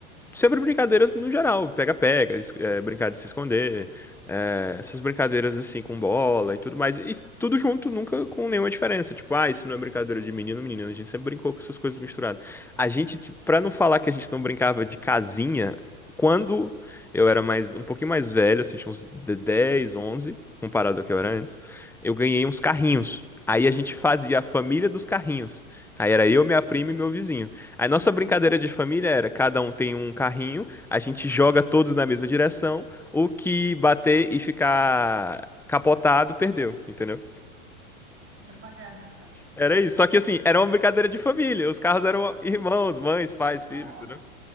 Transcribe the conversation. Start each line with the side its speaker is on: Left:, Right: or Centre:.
Centre: sempre brincadeiras no geral, pega-pega, es- eh, brincar de se esconder, é, essas brincadeiras assim com bola e tudo mais. E tudo junto, nunca com nenhuma diferença. Tipo, ah, isso não é brincadeira de menino, menina. A gente sempre brincou com essas coisas misturadas. A gente, tipo, pra não falar que a gente não brincava de casinha, quando eu era mais, um pouquinho mais velho, assim, tinha uns de- 10, 11, comparado ao que eu era antes, eu ganhei uns carrinhos. Aí a gente fazia a família dos carrinhos. Aí era eu, minha prima e meu vizinho. Aí nossa
Right: <laughs>
Centre: brincadeira de família era, cada um tem um carrinho, a gente joga todos na mesma direção o que bater e ficar capotado perdeu, entendeu?
Right: Era uma guerra.
Centre: Era isso. Só que assim, era uma brincadeira de família. Os carros eram
Right: <laughs>
Centre: irmãos,
Right: Sim.
Centre: mães, pais, filhos,
Right: Ah,
Centre: entendeu?